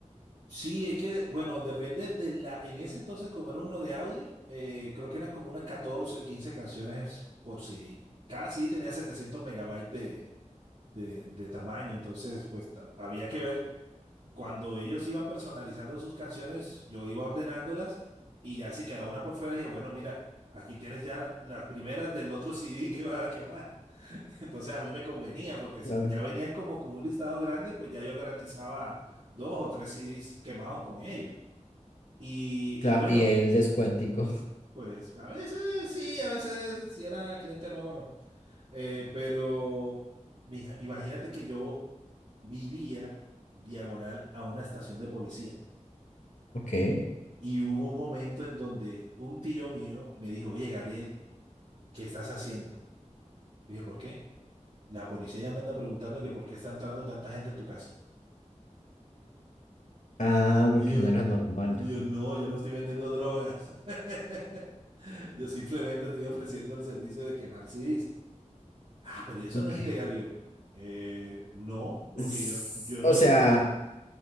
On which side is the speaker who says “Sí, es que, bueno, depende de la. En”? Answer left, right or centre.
Right